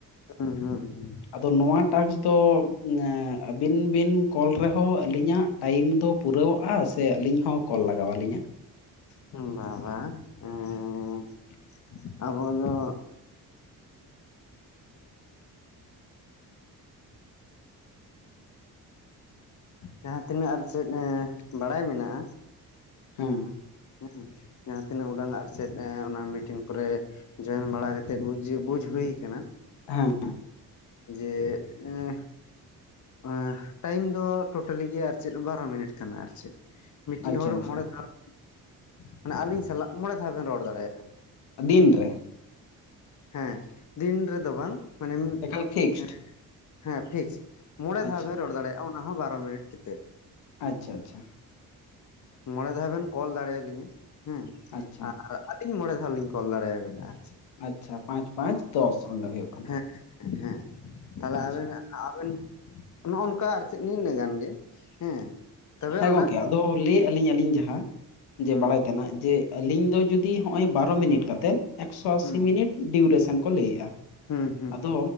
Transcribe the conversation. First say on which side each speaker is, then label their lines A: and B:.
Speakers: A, on the left; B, on the left.
A: ᱦᱩᱸ ᱦᱩᱸ ᱦᱩᱸ᱾
B: ᱛᱚ ᱱᱚᱣᱟ ᱴᱟᱠᱥ ᱫᱚ ᱮᱸ ᱟᱹᱵᱤᱱ ᱵᱤᱱ ᱠᱚᱞ ᱨᱮᱦᱚᱸ ᱟᱹᱞᱤᱧᱟᱜ ᱴᱟᱭᱤᱢ ᱫᱚ ᱯᱩᱨᱟᱹᱣᱚᱜᱼᱟ, ᱥᱮ ᱟᱹᱞᱤᱧ ᱦᱚᱸ ᱠᱚᱞ ᱞᱟᱜᱟᱣ ᱟᱹᱞᱤᱧᱟ?
A: ᱦᱩᱸ ᱵᱟᱝ ᱵᱟᱝ ᱮᱸ। ᱟᱵᱚ ᱫᱚ ᱡᱟᱦᱟᱸᱛᱤᱱᱟᱹᱜ ᱟᱨ ᱪᱮᱫ ᱮᱸ ᱵᱟᱲᱟᱭ ᱢᱮᱱᱟᱜᱼᱟ।
B: ᱦᱮᱸ
A: ᱦᱮᱸ᱾ ᱡᱟᱦᱟᱸ ᱛᱤᱱᱟᱹᱜ ᱩᱰᱟᱹᱝ ᱟᱨᱪᱮᱫ ᱮᱸ ᱚᱱᱟ ᱢᱤᱴᱤᱱ ᱠᱚᱨᱮ ᱡᱚᱭᱮᱱ ᱵᱟᱲᱟ ᱠᱟᱛᱮᱜ ᱵᱩᱡᱷᱟᱹᱣ ᱵᱩᱡ ᱦᱩᱭ ᱠᱟᱱᱟ᱾
B: ᱦᱮᱸ
A: ᱡᱮ ᱮᱸ ᱮᱸ ᱴᱟᱭᱤᱢ ᱫᱚ ᱴᱳᱴᱟᱞᱤ ᱜᱮ ᱟᱨ ᱪᱮᱫ ᱵᱟᱨᱚ ᱢᱤᱱᱤᱴ ᱠᱟᱱᱟ ᱟᱨ ᱪᱮᱫ᱾ ᱢᱤᱫᱴᱤᱡ
B: ᱟᱪᱪᱷᱟ
A: ᱦᱚᱲ
B: ᱟᱪᱪᱷᱟ
A: ᱢᱚᱸᱬᱮ ᱫᱷᱟᱣ, ᱢᱟᱱᱮ ᱟᱞᱤᱧ ᱥᱟᱞᱟᱜ ᱢᱚᱸᱬᱮ ᱫᱷᱟᱣ ᱵᱮᱱ ᱨᱚᱲ ᱫᱟᱲᱮᱭᱟᱜᱼᱟ᱾
B: ᱫᱤᱱᱨᱮ᱾
A: ᱦᱮᱸ ᱫᱤᱱ ᱨᱮᱫᱚ ᱵᱟᱝ ᱢᱟᱱᱮ
B: ᱮᱠᱟᱞ ᱯᱷᱤᱠᱥᱰ
A: <unintelligible> ᱦᱮᱸ ᱯᱷᱤᱠᱥᱰ᱾ ᱯᱮ
B: ᱟᱪᱪᱷᱟ
A: ᱫᱷᱟᱣ ᱵᱮᱱ ᱨᱚᱲ ᱫᱟᱲᱮᱭᱟᱜᱼᱟ ᱚᱱᱟ ᱦᱚᱸ ᱵᱟᱨᱚ ᱢᱤᱱᱤᱴ ᱠᱮᱛᱮᱫ᱾
B: ᱟᱪᱪᱷᱟ ᱟᱪᱪᱷᱟ᱾
A: ᱢᱚᱸᱬᱮ ᱫᱷᱟᱣ ᱵᱮᱱ ᱠᱚᱞ ᱫᱟᱲᱮᱭᱟᱞᱤᱧᱟ ᱦᱮᱸ
B: ᱟᱪᱪᱷᱟ
A: ᱟᱨ ᱟᱹᱞᱤᱧ ᱢᱚᱸᱬᱮ ᱫᱷᱟᱣ ᱞᱤᱧ ᱠᱚᱞ ᱫᱟᱲᱮᱭᱟᱵᱮᱱᱟ ᱟᱨ ᱪᱤᱫ᱾
B: ᱟᱪᱪᱷᱟ, ᱯᱟᱸᱪ ᱯᱟᱸᱪ ᱫᱚᱥ ᱚᱸᱰᱮ ᱦᱳᱭᱳᱜ ᱠᱟᱱᱟ᱾
A: ᱦᱮᱸ ᱦᱮᱸ ᱛᱟᱦᱚᱞᱮ
B: ᱟᱪᱪᱷᱟ
A: ᱟᱵᱮᱱ ᱟᱵᱮᱱ ᱱᱚᱜ ᱱᱚᱝᱠᱟ ᱟᱨ ᱪᱮᱫ ᱱᱤᱱᱟᱹᱜ ᱜᱟᱱ ᱜᱮ᱾ ᱦᱮᱸ ᱛᱚᱵᱮ
B: ᱦᱮᱸ
A: ᱚᱱᱟ
B: ᱜᱚᱝᱠᱮ ᱟᱫᱚ ᱞᱟᱹᱭᱮᱫᱼᱟ ᱞᱤᱧ ᱟᱹᱞᱤᱧ ᱡᱟᱦᱟᱸ ᱡᱮ
A: ᱦᱩᱸ
B: ᱵᱟᱲᱟᱭ ᱛᱮᱱᱟᱜ ᱡᱮ ᱟᱞᱤᱧ ᱫᱚ ᱡᱩᱫᱤ ᱦᱚᱜᱼᱚᱭ ᱵᱟᱨᱚ ᱢᱤᱱᱤᱴ ᱠᱟᱛᱮᱫ ᱮᱠᱥᱚ ᱟᱥᱤ
A: ᱦᱩᱸ
B: ᱢᱤᱱᱤᱴ ᱰᱤᱭᱩᱨᱮᱥᱚᱱ ᱠᱚ ᱞᱟᱹᱭᱮᱫᱼᱟ᱾
A: ᱦᱩᱸ ᱦᱩᱸ
B: ᱟᱫᱚ